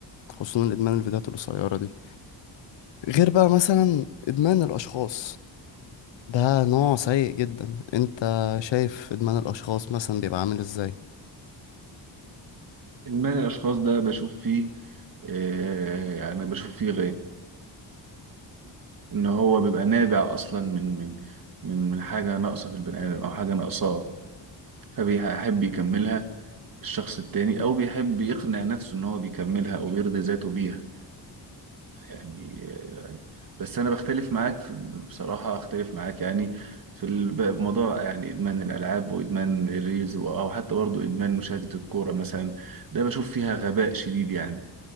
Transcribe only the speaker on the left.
خصوصا الادمان الفيديوهات القصيره دي غير بقى مثلا ادمان الاشخاص ده نوع سيء جدا انت شايف ادمان الاشخاص مثلا بيبقى عامل ازاي